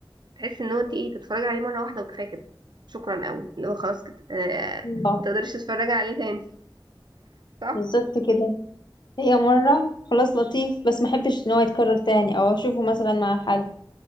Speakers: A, on the right; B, on the left.
A: تحس إن هو انت ايه تتفرجي عليه مرة واحدة وكفاية كده شكرا قوي اللي هو خلاص كده آه
B: اه
A: ما تقدريش تتفرجي عليه تاني صح؟
B: بالظبط كده هي مره خلاص لطيف بس ما احبش ان هو يتكرر تاني او اشوفه مثلا مع حد